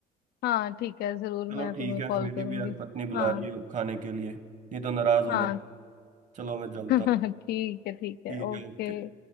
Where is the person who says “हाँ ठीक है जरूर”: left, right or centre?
Left